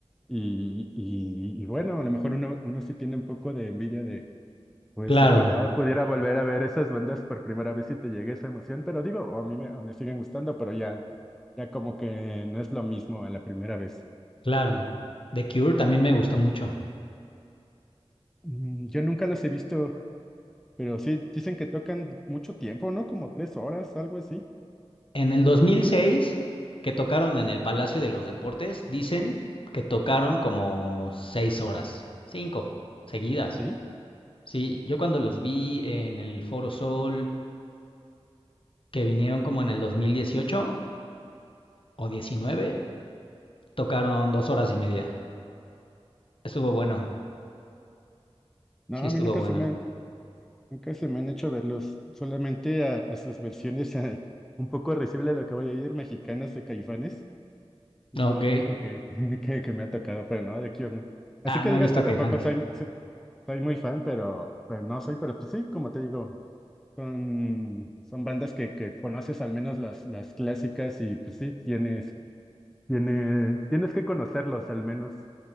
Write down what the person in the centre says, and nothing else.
y, y, y bueno, a lo mejor uno, uno sí tiene un poco de envidia de, pues
ojalá pudiera volver a ver esas bandas por primera vez y te llegue esa emoción, pero digo, a mí me, me siguen gustando, pero ya, ya como que no es lo mismo a la primera vez.
Mm, Yo nunca los he visto Pero sí, dicen que tocan mucho tiempo, ¿no? Como tres horas, algo así.
Sí.
No,
a
mí nunca
se me han, nunca se me han hecho verlos, solamente a, a sus versiones eh, un poco risible de lo que voy a ir, mexicanas de Caifanes.
Son los únicos que, <laughs> que, que me ha tocado, pero no, de aquí o no. Así
que
digas
que
tampoco
soy, so- soy muy fan, pero, pero no soy, pero pues sí, como te digo, son, son bandas que, que conoces al menos las, las clásicas y pues sí, tienes, tienes, tienes que conocerlos al menos.